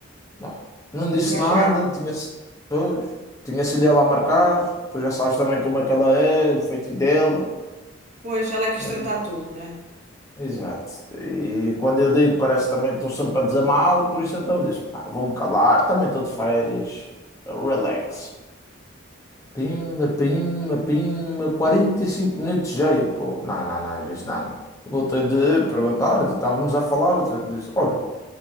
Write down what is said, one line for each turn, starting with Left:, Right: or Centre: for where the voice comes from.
Left: Bah, não disse
Right: Nunca mais
Left: nada.
Right: chegado.
Left: Tinha, se- pois, tinha sido ela a marcar. Tu já sabes também como é que ela é, o feito dela.
Right: Pois, ela é que quis
Left: Não-
Right: tratar tudo, não é?
Left: Exato. E quando eu digo, parece também que estou sempre a dizer mal. Por isso então eu disse, pá, vou-me calar. Também estou de férias. Relax. Pimba, pimba, pimba, 45 minutos já. E Eu, pô, não, não, não, ele disse, não, não. Voltei de perguntar, estávamos a falar, eu disse, olha,